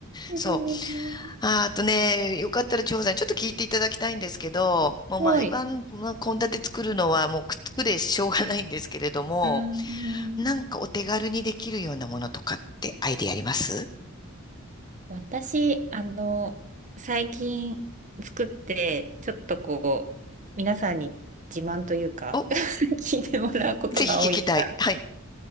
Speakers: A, on the right (about 35°); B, on the left (about 20°).
A: 全然全然す
B: そう。あーあとね、よかったら、長さん、ちょっと聞いていただきたいんですけど、もう毎晩、
A: ごい。
B: まあ、献立作るのは、もう、くっつくでしょうがないんですけれども、
A: うーん。
B: なんかお手軽にできるようなものとかってアイディアあります
A: 私、あの、最近作って、ちょっとこう、皆さんに自慢というか
B: お、
A: <laughs> 聞いてもらうことが多いから、
B: ぜひ聞きたい。はい。